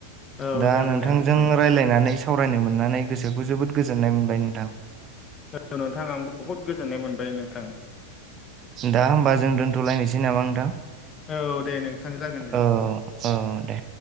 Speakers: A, on the left; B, on the right.
A: औ
B: दा
A: जागोन
B: नोंथांजों
A: दे नोंथां
B: रायलायनानै सावरायनो मोननानै गोसोखौ जोबोद गोजोननाय मोनबाय नोंथां।
A: औ नोंथां आंबो बहुत गोजोननाय मोनबाय नोंथां।
B: दा होमबा जों दोनथ'लायनोसै नामा नोंथां
A: औ दे नोंथां जागोन दे
B: औ। औ दे।